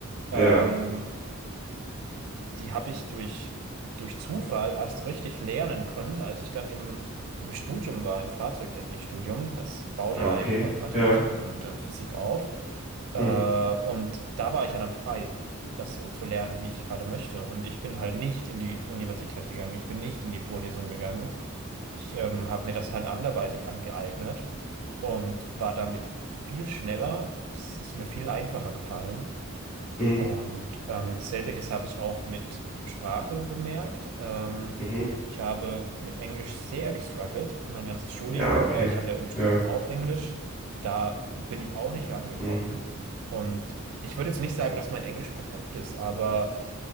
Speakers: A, on the right; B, in the centre.
A: ähm,
B: ja,
A: die habe ich durch, durch Zufall erst richtig lernen können, als ich dann im, im Studium war, im Fahrzeugtechnikstudium. Das baut ja
B: ah, okay,
A: eigentlich auf Mathematik
B: ja,
A: und äh, Physik auf. Äh,
B: hm,
A: und da war ich ja dann frei, das so zu lernen, wie ich gerade möchte. Und ich bin halt nicht in die Universität gegangen, ich bin nicht in die Vorlesung gegangen. Ich ähm, habe mir das halt anderweitig angeeignet und war damit viel schneller. Es ist mir viel einfacher gefallen.
B: hm,
A: Und ähm, selbiges habe ich auch mit Sprache bemerkt. Ähm,
B: mhm.
A: ich habe mit Englisch sehr gestruggelt, mein ganzes Schulleben
B: Ja,
A: über.
B: okay,
A: Ich hatte im Studium
B: ja,
A: auch Englisch. Da bin ich auch nicht rangekommen.
B: hm,
A: Und ich würde jetzt nicht sagen, dass mein Englisch perfekt ist, aber